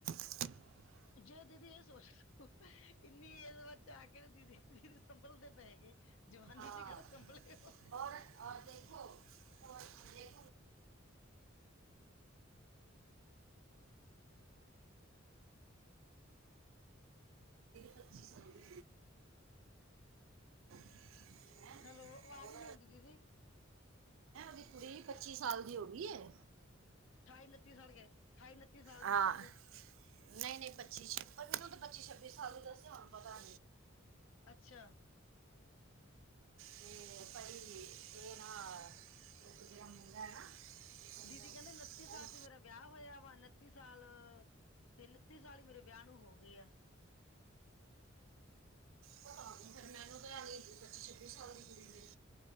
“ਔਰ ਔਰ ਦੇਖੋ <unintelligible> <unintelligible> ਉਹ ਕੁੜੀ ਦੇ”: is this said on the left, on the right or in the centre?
Right